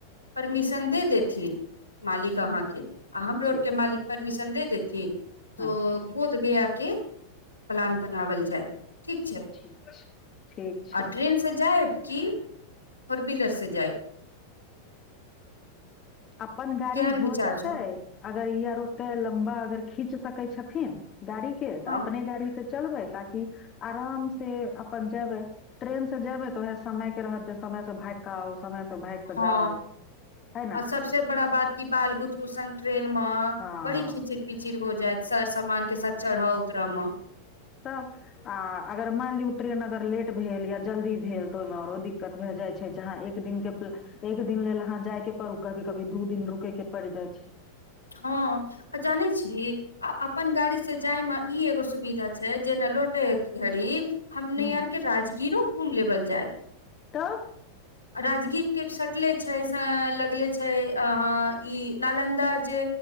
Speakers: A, on the left; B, on the left.
A: परमिशन दे देथिन मालिक अहा केँ आ हमरो
B: छै
A: आर के मालिक परमिशन दे देथि तो
B: हँ
A: बोध गया के प्लान बनावल जायत ठीक छै
B: ठीक छै ठीक छै
A: आ ट्रेन से जायब की फोर बीलर से जाएब
B: अपन गाड़ी
A: केहन विचार
B: हो जेतै
A: छौ
B: अगर ई आर ओते लम्बा अगर खींच सकै छथिन गाड़ी के तऽ
A: हँ
B: अपने गाड़ी से चलबै ताकि आराम से अपन जेबै ट्रेन से जेबै त उएह समय के रहत जे समय से भागके आउ सम स भाय कऽ
A: हँ
B: जाउ तै न
A: आ सबसे बड़ा बात क बाल बुतरू संग ट्रेन मे
B: हँ
A: बड़ी खिचड पिचिड़ हो जायत सर समान के साथ चढ़ऽ उतरय म
B: त आ अगर मैन लिय ट्रेन अगर लेट भेल या जल्दी भेल तऽ ओहिमे आओरो दिक्कत भए जाइत छै जहाँ ए एक दिन के एक दिन लेल अहाँ जाय के पड़ू कभी कभी दू दिन रुकै के पड़ जाइ छ
A: हँ आ जानै छ आ अपन गाड़ी से जाय मे ई एगो सुविधा छै जेना लौटे घड़ हमनी
B: हूँ
A: आर के राजगीरो घूम लेबल जायइ
B: त
A: राजगीर के सटले छै से लगले छै अह ई नालन्द जे